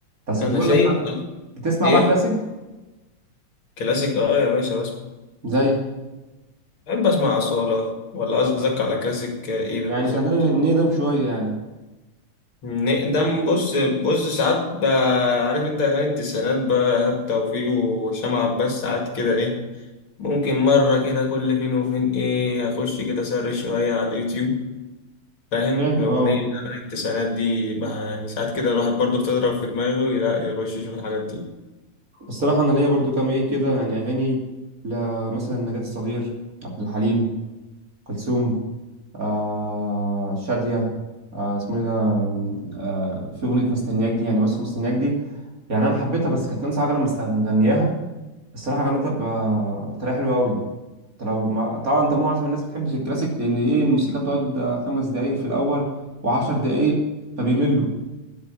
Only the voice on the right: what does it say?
بس
كنت بقول
لك بقى بتسمع
بقى كلاسيك
زي
يعني
خلينا ن- نقدم شويه يعني
فاهم
اه
الصراحه انا ليا برضو كام ايه كده يعني اغاني ل مثلا نجاة الصغير عبد الحليم كلثوم آه شادية آه اسمه ايه ده آه في أغنية مستنياك دي يعني بس مستنياك دي يعني أنا حبيتها بس كانت نانسي عجرم مست- مغنياها الصراحة غنتها ب- بطريقة حلوة أوي أنت لو ما... طبعا أنت معظم الناس بتحبش الكلاسيك لأن إيه الموسيقى بتقعد آه، خمس دقايق في الأول وعشر دقايق فبيملوا